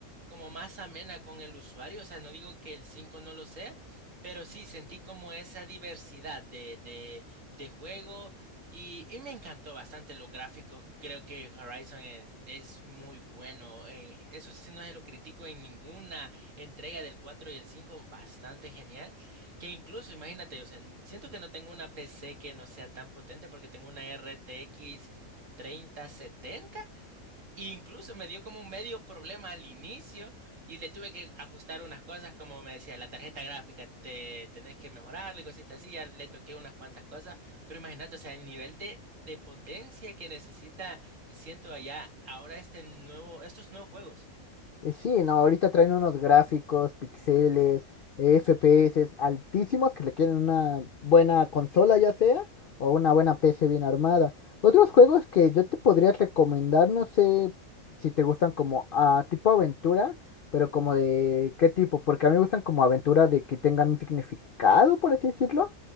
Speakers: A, on the right; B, on the left.
A: como más amena con el usuario, o sea, no digo que el 5 no lo sea, pero sí sentí como esa diversidad de, de, de juego y, y me encantó bastante los gráficos, creo que Horizon en- es muy bueno, eh, eso sí no se lo critico en ninguna entrega del 4 y el cinco. bastante genial. Que incluso, imagínate, o sea, n- siento que no tengo una PC que no sea tan potente porque tengo una RTX 3070 e incluso me dio como un medio problema al inicio y le tuve que ajustar unas cosas, como me decía, la tarjeta gráfica, te tenés que mejorarla y cositas así, ya le toqué unas cuantas cosas, pero imagínate, o sea, el nivel de, de potencia que necesita, siento allá ahora este nuevo, estos nuevos juegos.
B: Eh, Sí, no, ahorita traen unos gráficos, píxeles, eh, FPS altísimos que requieren una buena consola ya sea o una buena PC bien armada. Otros juegos que yo te podría recomendar, no sé si te gustan como a tipo aventura, pero como de qué tipo, porque a mí me gustan como aventura de que tengan un significado, por así decirlo,